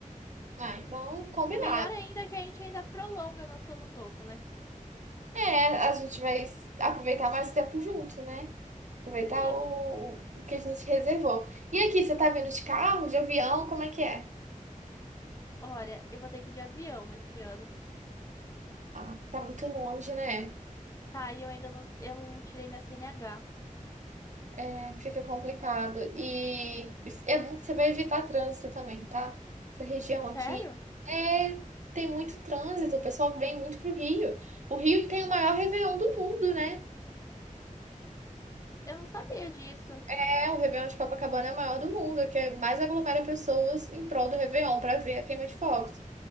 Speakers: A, on the right (about 60°); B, on the left (about 25°).
A: Ah, então, combinado.
B: É melhor ainda que a gente ainda prolonga nosso ano novo, né?
A: É, a gente vai aproveitar mais o tempo junto, né? Aproveitar
B: Sim.
A: o, o que a gente reservou. E aqui, você tá vindo de carro, de avião, como é que é?
B: Olha, eu vou ter que ir de avião esse ano
A: Ah, tá muito longe, né?
B: Tá, e eu ainda não, eu não tirei minha CNH.
A: É, fica complicado. E é bom que você vai evitar trânsito também, tá? Essa região
B: Sério?
A: aqui é, tem muito trânsito, o pessoal vem muito pro Rio. O Rio tem o maior Réveillon do mundo, né?
B: Eu não sabia disso.
A: É, o Réveillon de Copacabana é o maior do mundo, que é mais aglomera pessoas em prol do Réveillon para ver a queima de fogos.